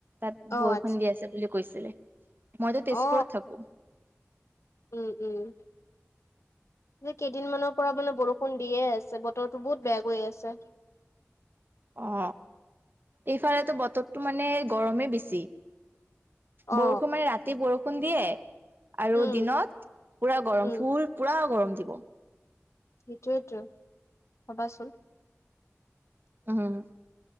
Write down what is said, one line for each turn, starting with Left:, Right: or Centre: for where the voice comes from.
Right: তাত
Left: অ
Right: বৰষুণ
Left: আচ্ছা
Right: দি আছে বুলি কৈছিলে। মই যে তেজপুৰত
Left: অ
Right: থাকো।
Left: উম, উম। কেইদিনমানৰ পৰা মানে বৰষুণ দিয়ে আছে বতৰটো বহুত বেয়া কৰি আছে।
Right: অ, এইফালেতো বতৰটো মানে গৰমেই বেছি।
Left: অ
Right: বৰষুণ মানে ৰাতি বৰষুণ দিয়ে আৰু
Left: উম
Right: দিনত পুৰা গৰম
Left: উম
Right: ফূল। পূৰা গৰম দিব।
Left: সেইটোৱেতো ভবাচোন।
Right: হয় <unintelligible> অম <unintelligible>